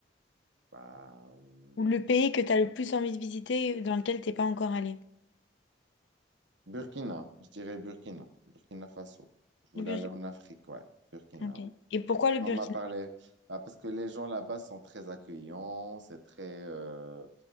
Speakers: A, on the right (about 80°); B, on the left (about 80°).
A: Bah, hum,
B: Ou le pays que t'as le plus envie de visiter dans lequel t'es pas encore allé?
A: Burkina, je dirais Burkina. Burkina Faso. Je voulais
B: Le Burkina.
A: aller en Afrique, ouais. Burkina,
B: Ok.
A: ouais.
B: Et pourquoi le Burkina?
A: Quand on m'a parlé, bah, parce que les gens là-bas sont très accueillants, c'est très. euh,